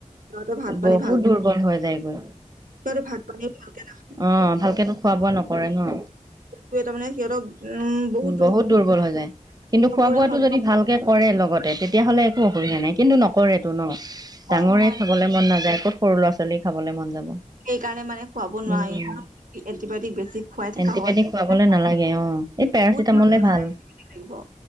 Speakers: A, on the right; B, on the right.
A: সিহঁতৰ ভাত
B: বহুত
A: পানী ভাল
B: দুৰ্ব- ৰ্বল হৈ যায়গৈ।
A: সিহঁতে ভাত পানী ভালকে
B: অ ভালকেতো খোৱা বোৱা নকৰে ন।
A: সেটোৱে তামানে সিহঁতক উম বহুত
B: বহুত দুৰ্বল
A: কৰি পেলায়।
B: হৈ যায় কিন্তু খোৱা
A: বোৰে
B: বোৱাতটো
A: হজম
B: যদি ভালকে কৰে লগতে তেতিয়া হ'লে একো অসুবিধা নাই। কিন্তু নকৰেতো ন
A: নকৰে
B: ডাঙৰে
A: নহয়
B: খাবলে মন নাযায় ক'ত সৰু ল'ৰা ছোৱালী খাবলে মন যাব।
A: সেইকাৰণে মানে খুৱাব নোৱাৰি
B: উম
A: অহ। এন্টিবায়টিক বেছি খুৱাই থকা
B: এণ্টিবায়টিক
A: হয়,
B: খুৱাবলে
A: বহুত
B: নালাগে অ এই পেৰাচিটামলে
A: কি
B: ভাল
A: লাগিব?